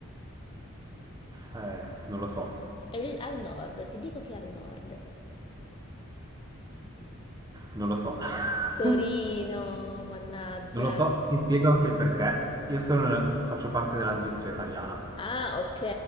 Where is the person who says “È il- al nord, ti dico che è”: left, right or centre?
Left